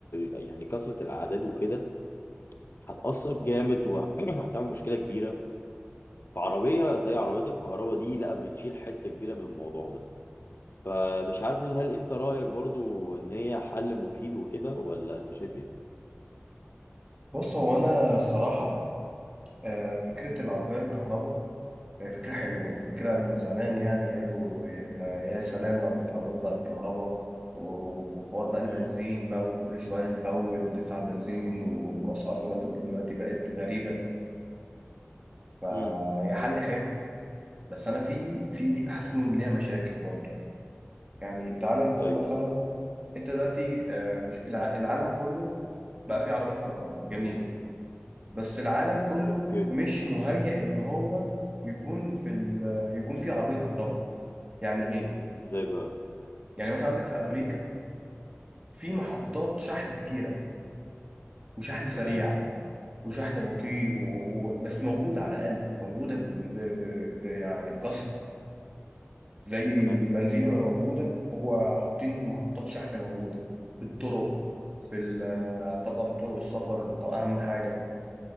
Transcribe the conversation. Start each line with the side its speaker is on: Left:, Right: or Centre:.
Left: يعني كثره الاعداد وكده هتاثر جامد وهتعمل <clears throat> مشكله كبيره فعربيه زي عربيات الكهرباء دي لا بتشيل حته كبيره من الموضوع ده فمش عارف هل انت رايك برضو ان هي حل مفيد وكده ولا انت شايف ايه
Right: بص هو أنا الصراحة آه، فكرة العربية الكهرباء هي فكرة حلوة فكرة من زمان يعني قالوا إحنا يا سلام لو كانت عربيات بقى الكهرباء و- وحوار بقى البنزين
Left: امم
Right: بقى وكل شوية نفول وتدفع بنزين وبأسعار زي ما أنت قلت دلوقتي بقت غريبة فهي
Left: امم
Right: حل حلو بس انا في في حاسس ان ليها مشاكل برضه يعني تعال نقول
Left: زي
Right: مثلا انت دلوقتي آه، مش الع- العالم كله بقى فيه عربات كهرباء جميل بس العالم كله
Left: اوكي
Right: مش مهيأ ان هو يكون في ال... يكون فيه عربية كهرباء يعني ايه
Left: ازاي بقى
Right: يعني مثلا عندك في امريكا في محطات شحن كتيرة وشحن سريع
Left: تمام
Right: وشحن بطيء و... و- بس موجودة على الاقل موجودة ب... ب... ب... ب... يعني بكثرة زي
Left: تمام
Right: البنزينة ما موجودة هو حاطين محطات شحن موجودة في الطرق في ال- طبعا طرق السفر طب أهم حاجة